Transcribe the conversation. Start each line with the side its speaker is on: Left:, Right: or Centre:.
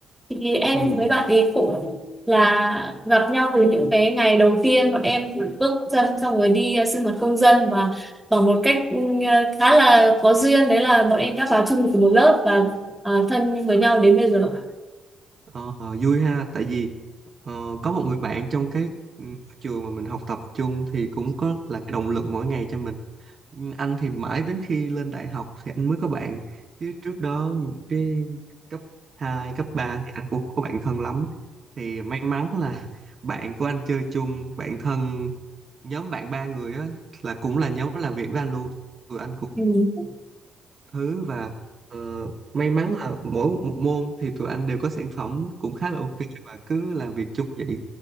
Centre: thì em
Right: Ừ.
Centre: với bạn ấy cũng là gặp nhau từ những cái ngày đầu tiên bọn em bước chân xong rồi đi ờ, sinh hoạt công dân và bằng một cách ừ, khá là có duyên đấy là bọn em đã vào chung từ một lớp và ờ, thân với nhau đến bây giờ
Right: Ờ, vui ha tại vì ờ, có một người bạn trong cái ừ, trường mà mình học tập chung thì cũng có là cái động lực mỗi ngày cho mình Ừ, anh thì mãi đến khi lên đại học thì anh mới có bạn chứ trước đó những cái cấp 2 cấp 3 thì anh cũng không có bạn thân lắm thì may mắn là <laughs> bạn của anh chơi chung bạn thân nhóm bạn ba người á là cũng là nhóm làm việc với anh luôn tụi anh
Centre: ừ.
Right: thứ và ờ, may mắn là mỗi một môn thì tụi anh đều có sản phẩm cũng khá là ok và cứ làm việc chung vậy